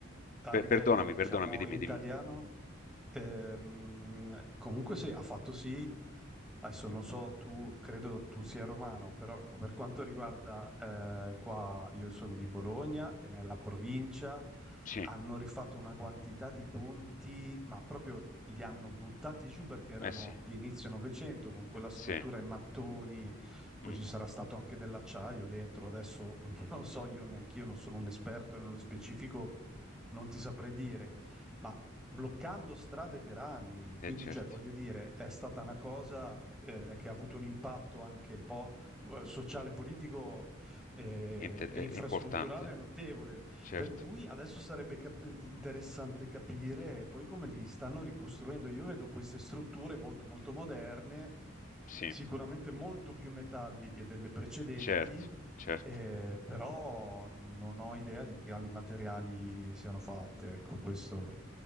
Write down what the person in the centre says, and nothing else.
a
livello,
diciamo,
italiano,
ehm, comunque sì, ha fatto sì, adesso non so, tu credo tu sia romano, però per quanto riguarda eh, qua, io sono di Bologna e nella provincia
hanno rifatto una quantità di ponti, ma proprio li hanno buttati giù perché erano
di inizio Novecento con quella
struttura in mattoni, poi
ci sarà stato anche dell'acciaio dentro, adesso <laughs> non so, io neanche io non sono un esperto nello specifico, non ti saprei dire, ma bloccando strade per anni,
quindi
cioè, voglio dire, è stata una cosa eh, che ha avuto un impatto anche un po' eh, sociale, politico eh,
e
infrastrutturale
notevole,
per cui adesso sarebbe cap- interessante capire poi come li stanno ricostruendo. Io vedo queste strutture molto molto moderne
sicuramente molto più metalliche delle precedenti,
eh, però non ho idea di quali materiali siano fatte. Ecco, questo